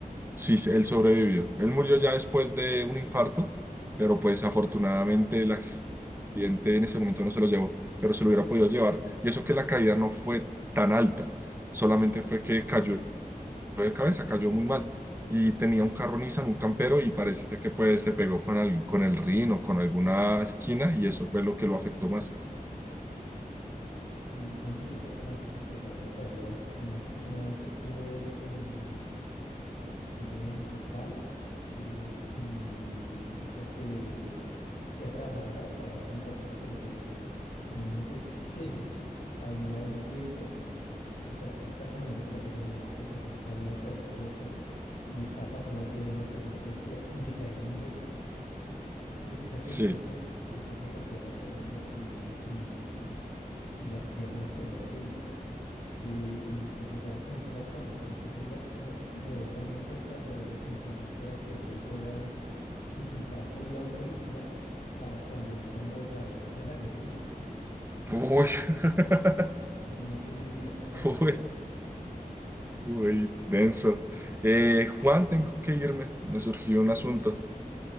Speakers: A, on the right; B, on the left.
A: Sí, se- él sobrevivió. Él murió ya después de un infarto, pero pues afortunadamente el accidente en ese momento no se lo llevó, pero se lo hubiera podido llevar. Y eso que la caída no fue tan alta, solamente fue que cayó de cabeza, cayó muy mal. Y tenía un carro Nissan, un campero, y parece que pues se pegó con el, con el rin o con alguna esquina y eso fue lo que lo afectó más.
B: Sí, oye, pues ya que me haces recordar de caídas, uy, imagínate que una vez estuve en, estuve en Yopal eh, y resulta que fui a trabajar allá, trabajaba con mi papá en la ferretería. Imagínate que <laughs> había un hueco, o sea, yo estaba caminando por la calle normal, pero pues no sabía que había un hueco y estaba pasando al pie de una estación de policía y me caí en un hueco. Y resulta que
A: Sí.
B: el hueco, entonces me golpeé las rodillas y, y, y- y las piernas, pero horrible. Y, y pues me quedaron con muchos raspones, pero entonces la- lo, lo de esa anécdota, lo, i- lo interesante era que el hueco era utilizado por la policía para cuando hubieran bombardeos de la guerrilla.
A: Uy, <laughs>
B: Entonces yo no tenía ni idea que pasaba
A: uy,
B: eso.
A: uy, denso. Eh, Juan, tengo que irme. Me surgió un asunto.